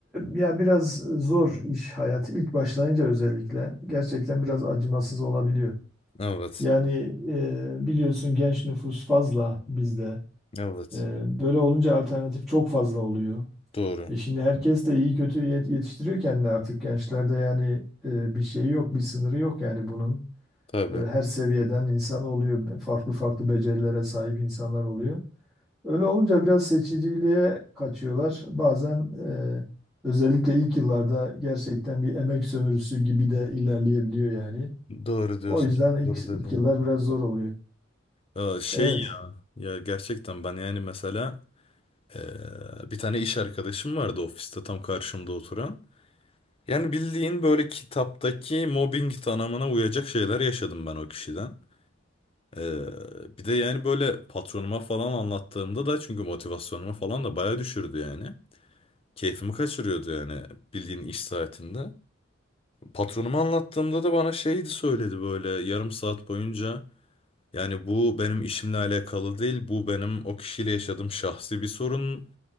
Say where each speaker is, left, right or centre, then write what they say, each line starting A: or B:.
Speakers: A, in the centre; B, on the left.
A: ya biraz zor iş hayatı ilk başlayınca özellikle gerçekten biraz acımasız olabiliyor.
B: Evet.
A: Yani e, biliyorsun genç nüfus fazla bizde.
B: Evet.
A: E, böyle olunca alternatif çok fazla oluyor.
B: Doğru.
A: E şimdi herkes de iyi kötü yet- yetiştiriyor kendini artık gençlerde yani e, bir şey yok, bir sınırı yok yani bunun.
B: Tabii.
A: E, her seviyeden insan oluyor, farklı farklı becerilere sahip insanlar oluyor. Öyle olunca biraz seçiciliğe kaçıyorlar. Bazen e, özellikle ilk yıllarda gerçekten bir emek sömürüsü gibi de ilerleyebiliyor yani.
B: Doğru diyorsun.
A: O yüzden
B: Çok
A: ilk,
B: doğru dedin
A: ilk yıllar
B: valla.
A: biraz zor oluyor.
B: Aa, şey
A: Evet.
B: ya, ya gerçekten ben yani mesela eee, bir tane iş arkadaşım vardı ofiste tam karşımda oturan. Yani bildiğin böyle kitaptaki mobbing tanımına uyacak şeyler yaşadım ben o kişiden. Eee, bir de yani böyle patronuma falan anlattığımda da çünkü motivasyonumu falan da bayağı düşürdü yani. Keyfimi kaçırıyordu yani bildiğin iş saatinde. Patronuma anlattığımda da bana şeydi söyledi böyle yarım saat boyunca. Yani bu benim işimle alakalı değil. Bu benim o kişiyle yaşadığım şahsi bir sorun